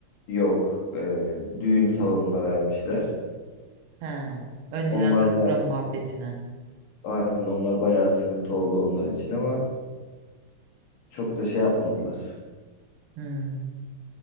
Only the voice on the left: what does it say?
Yok. e, düğün salonuna vermişler.
Onlar
da
aynen onlar bayağı sıkıntı oldu onlar için ama çok da şey yapmadılar.